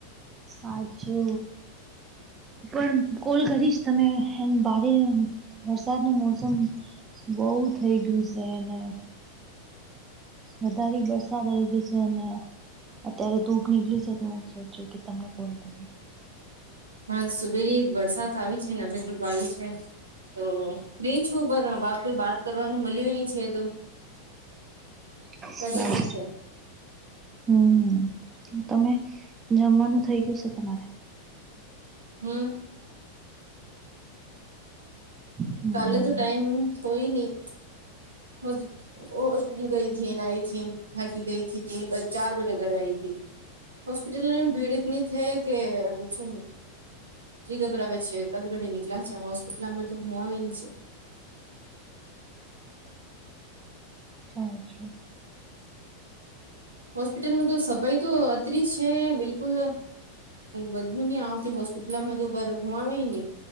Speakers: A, on the right; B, on the right.
A: સાચુ ર કોલ કરીશ તમે ભારે વરસાદ નું મોસમ બઉ થઇ ગયુ છે, એને વધારે બરસાદ આવી ગઈ છે, અને અત્યારે ધૂપ નીકળી છે તો હું સોચું કે તમ ફોન કરો
B: હ સુબેલી વરસાત આવી છેને ભ ધ્રપ આવી છે. તો ન છુ બર હવે કોઈ બાત કરવાનું મળ્યું નની છે, તો
A: અચછા
B: કરી ની છે
A: હમ તમે જમવાનું થઇ ગયુ છે, તમારે
B: હમ્મ
A: હમ
B: કાલે તો ટાઈમ હોઈ ની હસ હોસ્પિટલ ગઈ થથી આઈ થથીન થાકી ગઈથી તીન ચાર બજે ઘરે આવીઈ હતીથી હોસ્પિટલ ની ભીડની થઈ. કે પૂછો જી ગબરા આવે છે કદગડી નીકળ્યા છે, હોસ્પિટલમાં તો મો વિંગ છે.
A: હાચુ.
B: હોસ્પિટલ ન તો સફાઈ તો અત્રી છે, બિલકુલ. બધું નઈ આવતી હોસ્પિટલમા, તો હુ આવે નહ